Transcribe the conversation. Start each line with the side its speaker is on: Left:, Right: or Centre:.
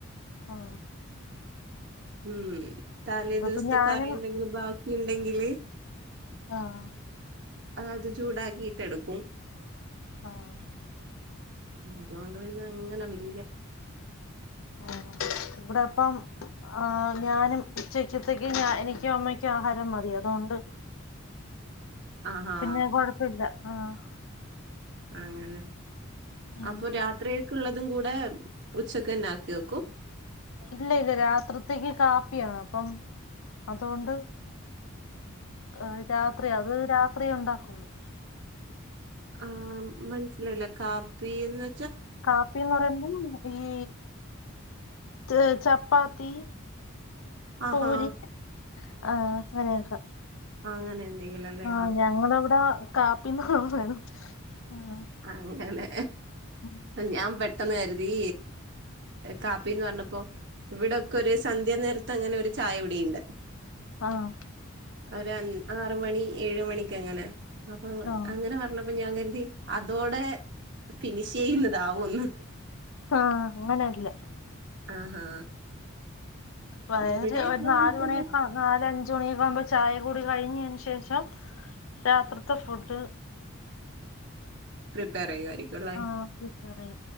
Left: ആ.
Right: ഉം തലേ
Left: ഇതിപ്പോ
Right: ദിവസ്ത്തെ
Left: ഞാനും
Right: കറിയന്തെങ്കിലും ബാക്കി ണ്ടെങ്കില്
Left: ആഹ്
Right: ആഹ് അത് ചൂടാക്കിയിട്ടെടുക്കും
Left: ആഹ്
Right: ഇതൊണ്ട് പിന്നെ അങ്ങനെ വല്ല്യ
Left: ആഹ് ഇബ്ടെപ്പം ആഹ് ഞാനും ഉച്ചക്ക്യത്തേക്ക് ഞ എനിക്കും അമ്മക്ക്യും ആഹാരം മതി അതോണ്ട്
Right: ആഹാ
Left: പിന്നെ കൊഴപ്പല്ല ആഹ്
Right: അങ്ങനെ.
Left: ഉം.
Right: അപ്പൊ രാത്രിക്കക്ക്‌ ള്ളതും കൂടെ ഉച്ചക്കന്നെ ആക്കി വെക്കും?
Left: ഇല്ല ഇല്ല്യ. രാത്രിത്തേക്ക് കാപ്പിയാണ് അപ്പം അതുകൊണ്ട് ആഹ് രാത്രി അത് രാത്രിയുണ്ടാകൊള്ളു
Right: ആഹ് മൻസ്സ്ലായില്ല കാപ്പീന്ന്
Left: കാപ്പിന്നറയുമ്പം ഈ ത് ചപ്പാത്തി
Right: ആഹാ
Left: പൂരി ആഹ് അങ്ങനെയൊക്ക
Right: അങ്ങനെ എന്തെങ്കിലും അല്ലേ
Left: ആഹ് ഞങ്ങളവിട കാപ്പീന്ന് പറിണതാണ് ആഹ്
Right: അ അങ്ങനെ
Left: ഉം
Right: ഞാൻ പെട്ടെന്ന് കരുതീ കാപ്പീന്ന് പറ്ഞ്ഞപ്പോ ഇവിടൊക്കെ ഒര് സന്ധ്യ നേരത്തങ്ങനെ ഒരു ചായ കുടീണ്ട്
Left: ആഹ്
Right: ഒരഞ് ആറ് മണി ഏഴ് മണിക്ക് അങ്ങനെ അപ്പൊ
Left: ആഹ്
Right: അങ്ങനെ പർ ണപ്പം ഞാൻ കരുതി അതോടെ ഫിനിഷ് ചെയ്യുന്നതാവുംന്ന്
Left: ആഹ് അങ്ങനെയല്ല
Right: ആഹാ
Left: വര്
Right: ഇവിടെ
Left: ഒരു
Right: അതുപോലെ
Left: നാല്
Right: തന്നെ
Left: മണിയൊക്കാ നാലഞ്ച് മണിയൊക്കെ ആകുമ്പ ചായ കുടി കഴിഞ്ഞേന് ശേഷം രാത്രിത്തെ ഫുഡ്
Right: പ്രിപ്പയർ ചെയ്യു ആയിരിക്കു അല്ലേ
Left: ആഹ് പ്രിപേറെയ്യും